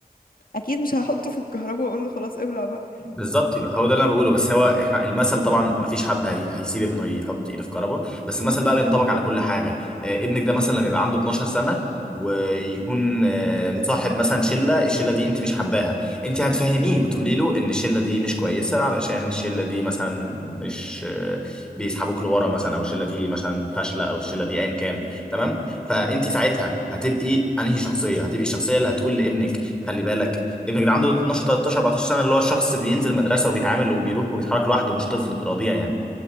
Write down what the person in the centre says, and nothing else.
بالظبط يبقى هو ده اللي انا بقوله بس هو احنا المثل طبعا ما فيش حد هي... هيسيب ابنه يحط ايده في كربه بس المثل بقى بينطبق على كل حاجه آه ابنك ده مثلا لما يبقى عنده 12 سنه ويكون آه مصاحب مثلا شله الشله دي انت مش حباها انت هتفهميه وتقولي له ان الشله دي مش كويسه علشان الشله دي مثلا مش آه بيسحبوك لورا مثلا او الشله دي مثلا فاشله او الشله دي ايا كان تمام فانت ساعتها هتبقي انهي شخصيه هتبقي الشخصيه اللي هتقول لابنك خلي بالك ابنك ده عنده 12 13 14 سنه اللي هو شخص بينزل مدرسه وبيتعامل وبيروح وبيتحرك لوحده مش طفل رضيع يعني